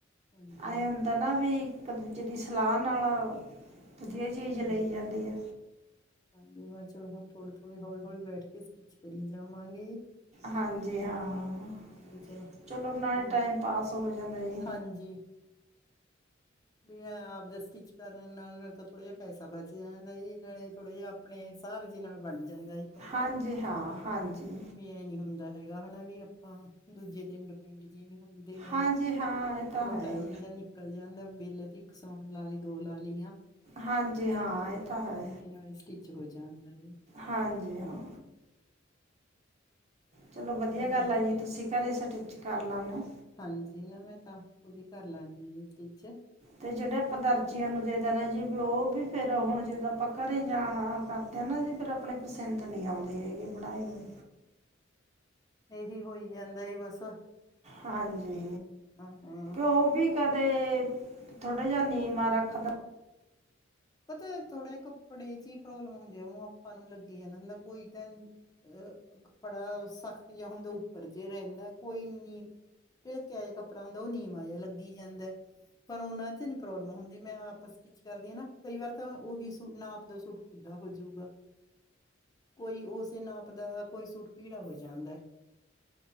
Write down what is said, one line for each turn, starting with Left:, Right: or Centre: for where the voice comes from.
Left: ਹਾਂਜੀ
Right: ਐਂ ਹਨਾ ਵੀ ਇੱਕ, ਦੁਜੇ ਦੀ ਸਲਾ ਨਾਲ ਵਦੀਆ ਚੀਜ਼
Left: ਹੂੰ
Right: ਲਈ ਜਾਂਦੀ ਐ
Left: ਹਾਂਜੀ ਮੈਂ ਚਲੋ ਹੁਨ ਥੋੜੇ, ਥੋੜੇ ਹੋਲੀ, ਹੋਲੀ ਬੈਠ ਕੇ ਸਟਿਚ ਕਰੀ ਜਾਵਾਂਗੇ
Right: ਹਾਂਜੀ, ਹਾਂ
Left: ਹੂੰ, ਵੀ
Right: ਚਲੋ ਨਾਲੇ
Left: ਜਦੋਂ
Right: ਟਾਈਮ ਪਾਸ ਹੋ ਜਾਂਦਾ ਜੇ
Left: ਹਾਂਜੀ ਵੀ ਆਪ ਦੇ ਸਟਿੱਚ ਕਰਨ ਨਾਲ, ਨਾਲ ਤਾਂ ਥੋੜਾ ਜਾ ਪੈਸਾ ਬਚ ਜਾਂਦਾ ਜੇ, ਨਾਲੇ ਥੋੜੇ ਜੇਆ ਆਪਣੇ ਸਾਬ ਜੀ ਨਾਲ ਬਨ ਜਾਂਦਾ ਜੇ ਕੱਪੜਾ
Right: ਹਾਂਜੀ ਹਾਂ ਹਾਂਜੀ
Left: ਵੀ ਐਂ ਨੀ ਹੁੰਦਾ ਹੈਗਾ ਹਨਾ ਵੀ, ਆਪਾਂ ਦੂਜੇ ਤੇ ਡਿਪੈਂਡ ਜੇ ਨੀ ਹੁੰਦੇ ਦਿਨ ਵੇ,
Right: ਹਾਂਜੀ ਹਾਂ ਇਹ ਤਾਂ
Left: ਚਲੋ
Right: ਹੈ
Left: ਟਾਏਮ
Right: ਹੀ
Left: ਜਾ ਨੀ ਨਿਕਲ ਜਾਂਦਾ, ਬੇਲੀਤੀਕ ਸੋਣ ਵਾਲੀ, ਦੋ ਲਾਲੀਆਂ
Right: ਹਾਂਜੀ ਹਾਂ ਇਹ ਤਾਂ
Left: <unintelligible>
Right: ਹੈ
Left: ਨਾਲੇ ਸਟਿਚ ਹੋ ਜਾਂਦਾ ਏ।
Right: ਹਾਂਜੀ, ਹਾਂ। ਚਲੋ ਵਦੀਆ
Left: ਮੈਨੂੰ
Right: ਗਾੱਲ
Left: ਐ
Right: ਆ ਜੀ, ਤੁਸੀ ਕੈਰੇ ਸਟਿਚ ਕਾੱਰ ਲਾਨੇ
Left: ਹਾਂਜੀ ਨਾਵੇਂ ਤਾ, ਖੁਦ ਈ ਕਾੱਰ ਲੈਨੀ ਆ ਸਟਿਚ
Right: ਤੇ ਜੇੜੇ ਆਪਾਂ ਦਰਜੀਆਂ ਨੂੰ ਦੇ ਦੇਨੇ ਜੀ ਵੀ ਓਵੀ ਫੇਰ ਹੁਣ ਜਦ ਆਪਾਂ ਘਰੇ ਜਾਵਾ ਕਰ ਕੈਂਨੇ ਜੀ ਫੇਰ ਆਪਣੇ ਪਸੰਦ ਨੀ ਆਉਂਦੇ ਹੈਗੇ ਬਣਾਏ ਹੋਏ
Left: ਏਹੀ, ਹੋਈ ਜਾਂਦਾ ਈ ਬਸ
Right: ਹਾਂਜੀ।
Left: ਹਾਂ, ਆਂ।
Right: ਓਵੀ ਕਦੇ ਥੋੜਾ ਜਾ ਨੀਵਾਂ ਰੱਖ ਤਾ
Left: ਪਤਾ ਥੋੜੇ ਜੇ ਕੱਪੜੇ ਚ ਈ ਪ੍ਰੋਬਲਮ ਹੁੰਦੀ ਆ, ਓਨੁ ਆਪਾ ਨੂੰ ਲੱਗੀ ਜਾਂਦਾ ਕੋਈ ਤੈਨ ਅ ਕੱਪੜਾ ਸਖਤ ਜਾਂ ਹੁੰਦਾ ਉੱਪਰ ਜੇ ਰਹਿੰਦਾ ਕੋਈ ਨੀ। ਤੇ ਇੱਕ ਕਿਹੋ ਜਿਹਾ ਕੱਪੜਾ ਹੁੰਦਾ, ਉਹ ਨੀਵਾਂ ਜਿਹਾ ਲੱਗੀ, ਜਾਂਦਾ। ਪਰ ਉਹਨਾ ਚ, ਨਹੀਂ ਪ੍ਰੋਬਲਮ ਹੁੰਦੀ, ਮੈਂ ਆਪ ਸਟਿਚ ਕਰਦੀ ਹਾਂ, ਨਾ। ਕਈ ਵਾਰ ਤਾਂ ਉਹੀ ਸੂਟ ਨਾਪ ਦਾ ਸੂਟ ਖੁੱਲਾ ਹੋ, ਜਾਉਗਾ। ਕੋਈ, ਉਸੇ ਨਾਪ ਦਾ ਕੋਈ ਸੂਟ, ਭੀੜਾ ਹੋ, ਜਾਂਦਾ।